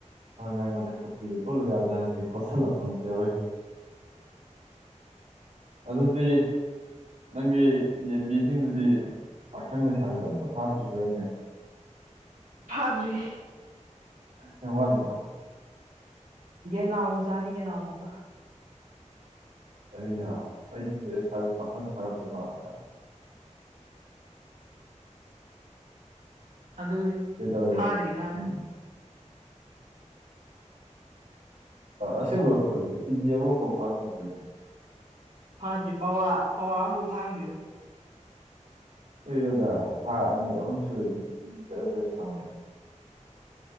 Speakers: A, on the right; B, on the right.
A: ꯋꯥ ꯉꯥꯡꯕꯗ ꯀꯣꯠꯆꯤꯒ ꯀꯣꯠꯂꯨ ꯌꯥꯖꯥꯠ ꯅꯟꯇꯦ ꯀꯣꯠꯁꯤꯂꯛꯄ ꯑꯃꯥ ꯌꯥꯎꯔꯤ ꯑꯗꯨꯗꯤ ꯅꯪꯒꯤ ꯌꯦꯟꯕꯤꯁꯤꯡꯗꯨꯗꯤ ꯄꯥꯈꯪ ꯂꯩꯁꯥꯕꯤ ꯑꯝꯇ ꯐꯥꯗ꯭ꯔꯤꯕ꯭ꯔꯥꯅꯦ
B: ꯐꯥꯗ꯭ꯔꯤ
A: ꯑꯩ ꯋꯥꯠꯂꯤꯕꯣ
B: ꯌꯦꯟꯅꯥꯎ ꯃꯆꯥꯅꯤ ꯌꯦꯟꯅꯥꯎ ꯃꯆꯥ
A: ꯑꯩꯅ ꯑꯩꯗꯤ ꯃ ꯆ <inaudible> ꯁꯤ ꯄꯥꯈꯪ ꯐꯥꯔꯝꯗꯣꯏ ꯃꯥꯜꯂꯒ
B: ꯑꯗꯨ
A: ꯀꯩꯗꯧꯔꯦ
B: ꯐꯥꯗ꯭ꯔꯤ ꯐꯥꯗ꯭ꯔꯤ
A: ꯎꯝ ꯑꯁꯦꯡꯕ ꯀꯦꯖꯤ ꯑꯃꯐꯥꯎ ꯐꯥꯇ꯭ꯔꯤꯕꯅꯦ
B: ꯐꯥꯗ꯭ꯔꯤ ꯄꯋꯥ ꯄꯋꯥ ꯑꯃꯐꯥꯎ ꯐꯥꯔꯝꯒꯤꯔꯣꯢ
A: ꯀꯩꯅꯣꯗ ꯊꯥ ꯑꯅꯤ ꯑꯍꯨꯝ ꯁꯨꯔꯗꯤꯖꯔ ꯖꯔ ꯖꯔ ꯆꯥꯎꯅꯩ